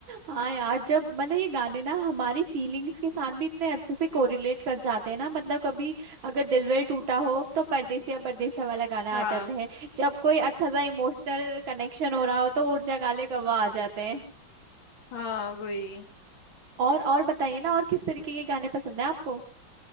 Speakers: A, on the right; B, on the left.
A: हाँ यार जब मतलब ये गाने ना हमारी फीलिंग्स के साथ भी इतने अच्छे से कोरिलेट कर जाते हैं ना मतलब कभी अगर दिल विल टूटा हो तो परदेसिया परदेसिया वाला गाना
B: हाँ
A: आ जाता है जब कोई अच्छा सा इमोशनल कनेक्शन हो रहा हो तो उड़ जा काले कौवा आ जाते हैं
B: हाँ वही
A: और और बताइए ना और किस तरीके के गाने पसंद है आपको